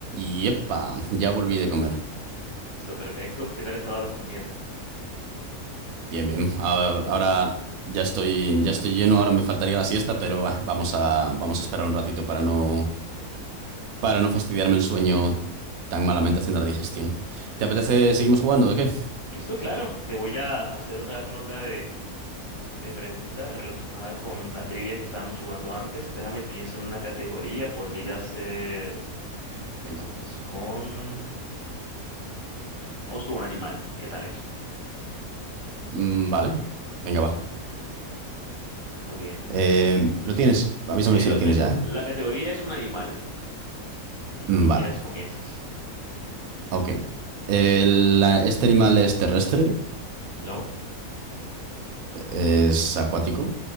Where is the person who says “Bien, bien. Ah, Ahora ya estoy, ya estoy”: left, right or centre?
Right